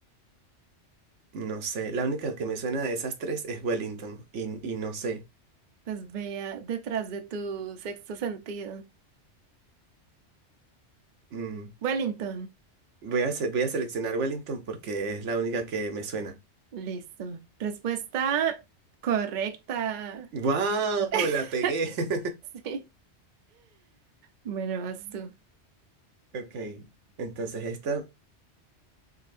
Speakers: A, on the right; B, on the right.
A: No sé. La única que me suena de esas tres es Wellington. Y, y no sé.
B: Pues vea detrás de tu sexto sentido.
A: Mm,
B: Wellington.
A: Voy a, se- voy a seleccionar Wellington porque es la única que me suena.
B: Listo. Respuesta correcta.
A: ¡Wow!
B: <laughs>
A: La pegué. <laughs>
B: Sí. Bueno, vas tú.
A: Ok, entonces esta